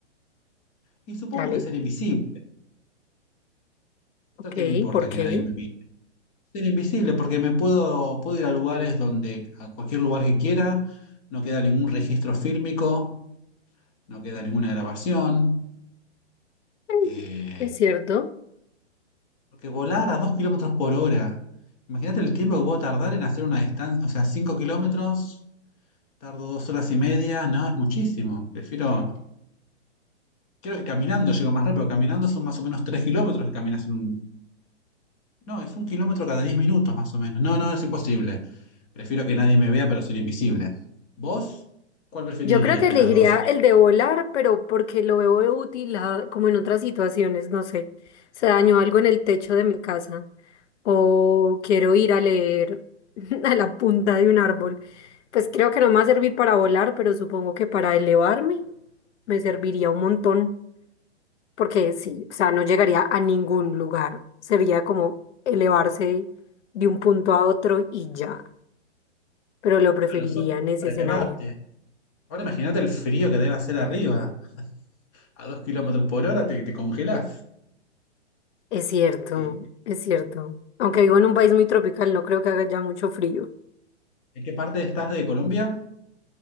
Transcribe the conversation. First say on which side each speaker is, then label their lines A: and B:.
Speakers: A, on the left; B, on the left.
A: Y supongo
B: Dale.
A: que ser invisible. ¿Esto
B: Ok,
A: qué me importa
B: ¿por
A: que
B: qué?
A: nadie me mire? Ser invisible porque me puedo, puedo ir a lugares donde, a cualquier lugar que quiera, no queda ningún registro fílmico, no queda ninguna grabación.
B: <laughs> Mm,
A: eh,
B: Es cierto.
A: porque volar a dos kilómetros por hora, imagínate el tiempo que puedo tardar en hacer una distancia, o sea, cinco kilómetros, tardo dos horas y media, no, es muchísimo. Prefiero, creo que caminando llego más rápido, caminando son más o menos tres kilómetros que caminas en un No, es un kilómetro cada 10 minutos más o menos. No, no, es imposible. Prefiero que nadie me vea, pero ser invisible. ¿Vos? ¿Cuál preferirías
B: Yo creo que
A: de
B: elegiría
A: las dos?
B: el de volar, pero porque lo veo útil ah, como en otras situaciones, no sé. Se dañó algo en el techo de mi casa. o quiero ir a leer <laughs> a la punta de un árbol. Pues creo que no me va a servir para volar, pero supongo que para elevarme me serviría un montón, porque sí, o sea, no llegaría a ningún lugar. Sería como elevarse de un punto a otro y ya, pero lo preferiría
A: Claro, solo
B: en ese
A: para
B: escenario.
A: elevarte. Ahora imagínate el frío que debe hacer arriba. A dos kilómetros por hora te, te congelás.
B: Es cierto,
A: Eh,
B: es cierto. Aunque vivo en un país muy tropical, no creo que haga ya mucho frío.
A: ¿En qué parte estás de Colombia?